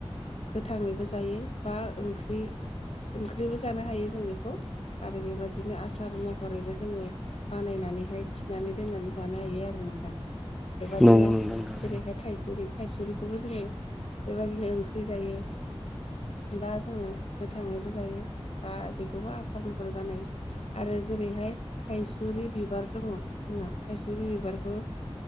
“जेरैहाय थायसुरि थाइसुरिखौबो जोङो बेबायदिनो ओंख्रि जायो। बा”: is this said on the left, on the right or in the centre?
Left